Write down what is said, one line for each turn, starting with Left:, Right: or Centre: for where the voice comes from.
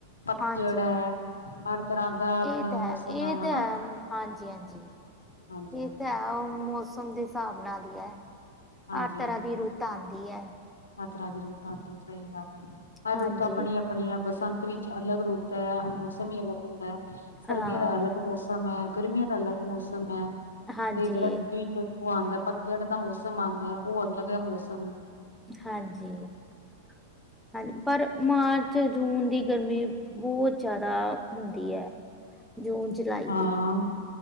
Left: ਪੱਤਝੜ
Centre: ਹਾਂਜੀ
Left: ਐ, ਹਰ ਤਰ੍ਹਾਂ ਦਾ
Centre: ਇਹ
Left: ਮਤਲਬ
Centre: ਤਾਂ ਹੈ
Left: ਮੌਸਮ
Centre: ਇਹ
Left: ਐ
Centre: ਤਾਂ
Left: ਹਨਾ।
Centre: ਹੈ ਹਾਂਜੀ ਹਾਂਜੀ
Left: ਹਾਂਜੀ
Centre: ਇਹ
Left: ਹਾਂਜੀ।
Centre: ਤਾਂ ਹੈ, ਉਹ ਮੌਸਮ ਦੇ ਹਿਸਾਬ ਨਾਲ ਹੀ ਐ,
Left: ਹਾਂਜੀ
Centre: ਹਰ ਤਰ੍ਹਾਂ
Left: ਹਾਂਜੀ
Centre: ਦੀ ਰੁੱਤ ਆਂਦੀ ਐ।
Left: ਹਰ ਤਰਾਂ ਦੀ ਰੁੱਤ ਆਂਦੀ, ਸਹੀ ਗੱਲ ਐ, ਹਰ
Centre: ਹਾਂਜੀ
Left: ਰੁੱਤ ਆਪਣੀ ਆਪ ਆਪਣੀ ਆ ਬਸੰਤ ਵਿੱਚ ਅਲੱਗ ਰੁੱਤ ਐ, ਮੌਸਮ ਹੀ ਅਲੱਗ ਹੁੰਦਾ। ਸਰਦੀਆਂ
Centre: ਹਾਂ
Left: ਦਾ ਅਲੱਗ ਮੌਸਮ ਐ, ਗਰਮੀਆਂ ਦਾ ਅਲੱਗ ਮੌਸਮ ਐ,
Centre: ਹਾਂਜੀ
Left: ਤੇ ਜਿਹੜਾ ਫਿਰ ਉਹ ਆਂਦਾ ਪੱਤਝੜ ਦਾ ਮੌਸਮ ਆਂਦਾ, ਉਹ ਵਧੀਆ ਮੌਸਮ ਐ।
Centre: ਹਾਂਜੀ -ਹਾਂਜੀ, ਪਰ ਮਾਰਚ, ਜੂਨ ਦੀ ਗਰਮੀ ਬਹੁਤ ਜ਼ਿਆਦਾ ਹੁੰਦੀ ਐ, ਜੂਨ, ਜੁਲਾਈ
Left: ਹਾਂ
Centre: ਦੀ।